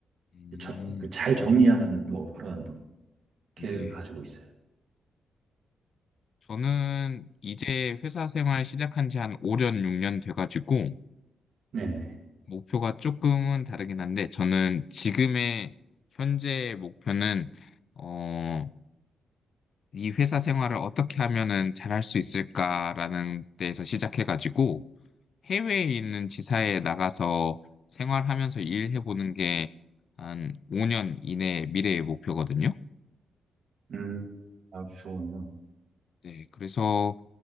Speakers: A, on the left (about 50°); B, on the right (about 60°).
A: 음,
B: 저- 그잘 정리하는 뭐 그런 계획을
A: 네.
B: 가지고 있어요.
A: 저는 이제 회사 생활 시작한 지 한 5년, 6년 돼가지고,
B: 네네.
A: 목표가 조금은 다르긴 한데, 저는 지금의 현재 목표는, 어, 이 회사 생활을 어떻게 하면은 잘할 수 있을까라는 데에서 시작해가지고, 해외에 있는 지사에 나가서 생활하면서 일해보는 게 한 5년 이내 미래의 목표거든요.
B: 음, 아주 좋으네요.
A: 네, 그래서